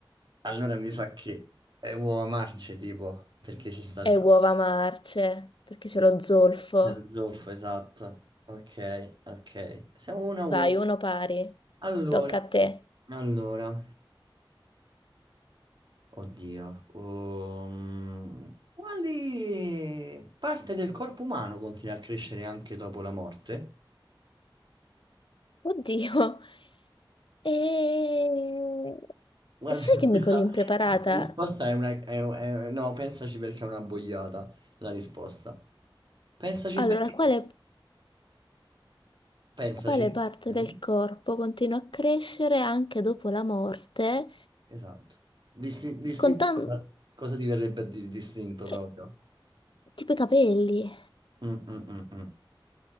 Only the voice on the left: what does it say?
è
uova marce, perché c'è lo zolfo.
Vai, uno pari,
tocca a te.
Oddio, e...
e sai
che
mi cogli impreparata?
Allora,
quale,
quale parte
del corpo continua a crescere anche dopo la morte?
Con tanto.
Eh,
Tipo i capelli.